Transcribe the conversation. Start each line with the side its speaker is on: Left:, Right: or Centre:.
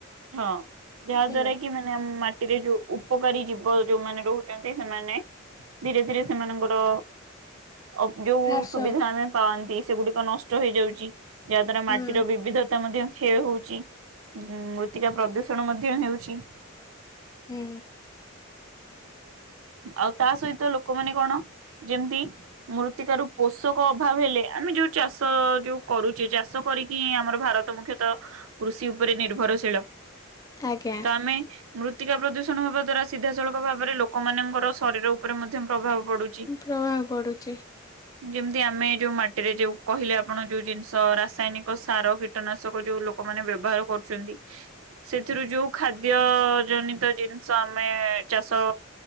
Right: ହଁ ଯାହା
Left: ବୁଝିଲେ।
Right: ଦ୍ଵାରା କି ମାନେ ଆମ ମାଟିରେ ଯୋଉ ଉପକାରୀ ଜୀବ ଯୋଉମାନେ ରହୁଛନ୍ତି ସେମାନେ ଧୀରେ ଧୀରେ ସେମାନଙ୍କର <unintelligible> ଯୋଉ
Left: ଘାସ
Right: ସୁବିଧା ଆମେ ପାଆନ୍ତି। ସେଗୁଡିକ ନଷ୍ଟ ହେଇଯାଉଛି। ଯା ଦ୍ଵାରା
Left: ହୁଁ।
Right: ମାଟିର ବିବିଧତା ମଧ୍ୟ କ୍ଷୟ ହଉଛି ମୃତ୍ ମୃତ୍ତିକା ପ୍ରଦୂଷଣ ମଧ୍ୟ ହେଉଛି।
Left: ହୁଁ।
Right: ଆଉ ତା ସହିତ ଲୋକମାନେ କଣ ଯେମିତି ମୃତ୍ତିକାରୁ ପୋଷକ ଅଭାବ ହେଲେ ଆମେ ଯୋଉ ଚାଷ ଯୋଉ କରୁଛେ ଚାଷ କରିକିି ହିଁ ଆମର ଭାରତ ମୁଖ୍ୟତଃ କୃଷି ଉପରେ ନିର୍ଭରଶୀଳ
Left: ଆଜ୍ଞା
Right: ତ ଆମେ ମୃତ୍ତିକା ପ୍ରଦୂଷଣ ହବା ଦ୍ଵାରା ସିଧାସଳଖ ଭାବରେ ଲୋକ ଲୋକମାନଙ୍କର ଶରୀର ଉପରେ ମଧ୍ୟ ପଡୁଛି।
Left: ପ୍ରଭାବ ପଡୁଛି।
Right: ଯେମିତି ଆମେ ଯୋଉ ମାଟିରେ ଯୋଉ କହିଲେ ଆପଣ ଯୋଉ ଜିନିଷ ରାସାୟନିକ ସାର କୀଟନାଶକ ଯୋଉ ଲୋକମାନେ ବ୍ୟବହାର କରୁଛନ୍ତି ସେଥିରୁ ଯୋଉ ଖାଦ୍ୟ ଜନିତ ଜିନିଷ ଆମେ ଚାଷ